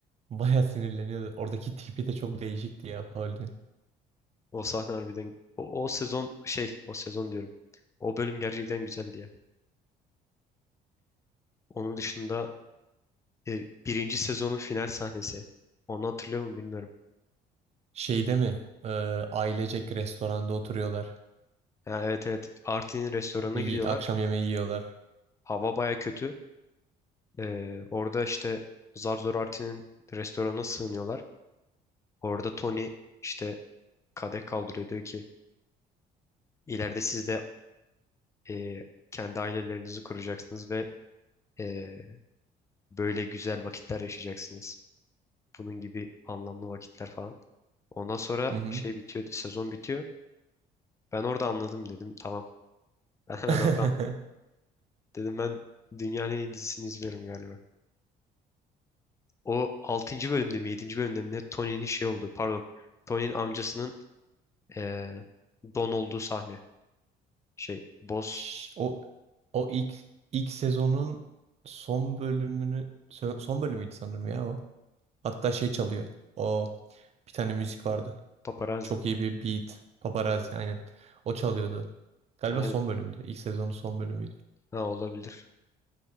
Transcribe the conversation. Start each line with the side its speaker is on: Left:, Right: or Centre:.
Right: baya sinirleniyordu. Oradaki tipi de çok değişikti ya Pauli'nin.
Left: O sahne harbiden o, o sezon şey o sezon diyorum. O bölüm gerçekten güzeldi ya. Onun dışında e, birinci sezonun final sahnesi. Onu hatırlıyor mu bilmiyorum.
Right: Şeyde mi e, ailecek restoranda oturuyorlar.
Left: Ha, evet evet. Artin'in restoranına
Right: Bir
Left: gidiyorlar.
Right: akşam yemeği yiyorlar.
Left: Hava baya kötü. E, orada işte zar zor Artin'in restorana sığınıyorlar. Orada Tony işte kadeh kaldırıyor. Diyor ki ileride siz de e, kendi ailelerinizi kuracaksınız ve e, böyle güzel vakitler yaşayacaksınız. Bunun gibi anlamlı vakitler falan. Ondan sonra
Right: Hı hı.
Left: şey bitiyor, sezon bitiyor. Ben orada anladım dedim. Tamam. <laughs> Ben hemen
Right: <laughs>
Left: orada Dedim ben dünyanın en iyi dizisini izliyorum galiba. O altıncı bölümde mi yedinci bölümde mi ne Tony'nin şey oldu pardon. Tony'nin amcasının eee, Don olduğu sahne. Şey Boss
Right: Şş, O, o ilk, ilk sezonun son bölümünü son son bölümüydü sanırım ya o. Hatta şey çalıyor. O bir tane müzik vardı.
Left: Paparazzi.
Right: Çok iyi bir beat. Paparazzi aynen. O çalıyordu. Galiba
Left: Aynen.
Right: son bölümdü. İlk sezonun son bölümüydü.
Left: Ha olabilir.